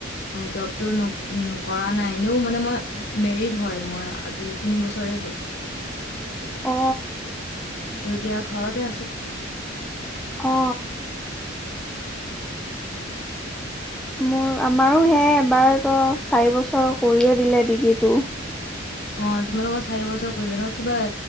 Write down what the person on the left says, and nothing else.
জবটো উম কৰা নাই এনেও মানে মই মেৰিড হয় মই আজি তিন বছৰেই হ'ল
ত এতিয়া ঘৰতে আছো
অ তোমালোকৰ চাৰি বছৰ কৰিলো নহ কিবা